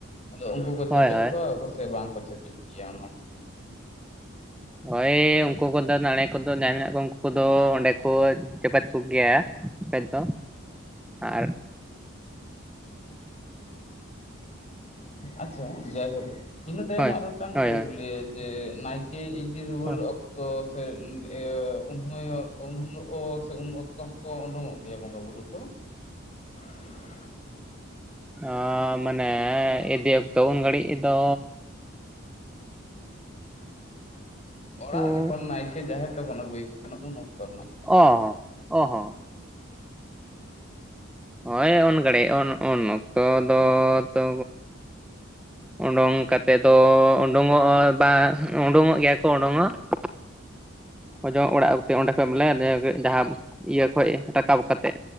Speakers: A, on the left; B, in the centre.
A: ᱟᱫᱚ ᱩᱱᱠᱩ ᱠᱚ
B: ᱦᱳᱭ
A: ᱪᱮᱯᱮᱡ
B: ᱦᱳᱭ
A: ᱠᱚᱣᱟ ᱠᱚᱥᱮ ᱵᱟᱝ ᱠᱚ ᱪᱮᱯᱮᱡ ᱜᱮᱭᱟ ᱚᱱᱟ?
B: ᱳᱭ ᱩᱝᱠᱩ ᱠᱚᱫᱚ ᱫᱟᱬᱮ ᱠᱚᱫᱚ ᱡᱟᱦᱟᱸᱭ ᱢᱮᱱᱟᱜ ᱠᱚ ᱩᱱᱠᱩ ᱠᱚᱫᱚ ᱚᱸᱰᱮ ᱠᱚ ᱪᱮᱯᱮᱡ ᱠᱚ ᱜᱮᱭᱟ ᱪᱮᱯᱮᱡ ᱫᱚ, ᱟᱨ
A: ᱟᱪᱪᱷᱟ ᱡᱟᱭᱦᱳᱠ, ᱤᱱᱟᱹ ᱛᱟᱭᱚᱢ
B: ᱦᱳᱭ
A: ᱟᱨ ᱢᱤᱫᱴᱟᱝ
B: ᱦᱳᱭ
A: ᱠᱩᱠᱞᱤ
B: ᱦᱳᱭ
A: ᱡᱮ ᱱᱟᱭᱠᱮ ᱤ ᱫᱤ ᱨᱩᱣᱟᱹᱲ
B: ᱦᱳᱭ
A: ᱚᱠᱛᱚ ᱥᱮ ᱤᱱ ᱤᱭᱟᱹ ᱩᱱ ᱦᱳᱭᱳᱜ ᱩᱱ ᱦᱤᱞᱚᱜ ᱥᱮ ᱩᱱ ᱚᱠᱛᱚ ᱦᱚᱸᱠᱚ ᱩᱰᱩᱝᱚᱜ ᱜᱮᱭᱟ ᱵᱚᱸᱜᱟ ᱵᱩᱨᱩ ᱠᱚ? <inaudible>
B: ᱚ ᱢᱟᱱᱮ ᱤᱫᱤ ᱚᱠᱛᱚ ᱩᱱ ᱜᱷᱟᱹᱲᱤᱡ ᱫᱚᱻ
A: ᱚᱲᱟᱜ
B: ᱚ
A: ᱡᱚᱠᱷᱚᱱ ᱱᱟᱭᱠᱮ ᱡᱟᱦᱮᱨ ᱛᱮᱵᱚᱱ ᱟᱹᱜᱩᱭᱮ ᱠᱟᱱ ᱩᱱ ᱚᱠᱛᱚ ᱨᱮᱱᱟᱜ ᱾
B: ᱚ ᱦᱚᱸ ᱚ ᱦᱚᱸ ᱾ ᱦᱳᱭ ᱩᱱ ᱜᱟᱲᱤᱡ ᱩᱱ ᱩᱱ ᱚᱠᱛᱚ ᱫᱚ ᱛᱚ ᱩᱰᱩᱝ ᱠᱟᱛᱮᱫ ᱫᱚ ᱩᱰᱩᱝᱚᱜᱼᱟ ᱵᱟᱝ ᱩᱰᱩᱝᱚᱜ ᱜᱮᱭᱟ ᱠᱚ ᱩᱰᱩᱝᱚᱜ ᱾
A: ᱟᱪᱪᱷᱟ
B: ᱚᱡᱚᱜ ᱚᱲᱟᱜ ᱚᱠᱛᱮ ᱚᱸᱰᱮ ᱠᱷᱚᱡ ᱵᱚᱞᱮ ᱡᱟᱦᱟᱸ ᱤᱭᱟᱹ ᱠᱷᱚᱡ ᱨᱟᱠᱟᱵ ᱠᱟ ᱠᱟᱛᱮᱫ